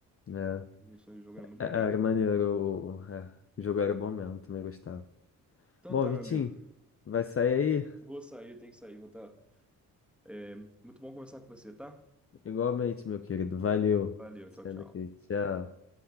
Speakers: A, on the left; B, in the centre.
A: É,
B: As missões do jogo eram muito legais.
A: é- era maneiro. O, é, o jogo era bom mesmo, também gostava.
B: Então
A: Bom,
B: tá,
A: Vitinho,
B: meu amigo.
A: vai sair aí?
B: Vou sair, tenho que sair, vou tá. É, muito bom conversar com você, tá?
A: Igualmente, meu querido. Valeu.
B: Valeu,
A: Saindo
B: tchau, tchau.
A: aqui. Tchau.